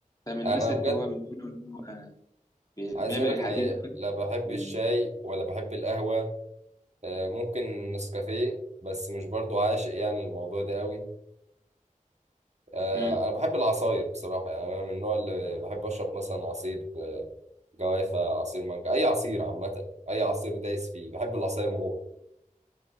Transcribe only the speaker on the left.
ده من الناس
اللي
هو بيقولوا إن هو بي-
بيعمل
الحديد
وكده
بي-
مم.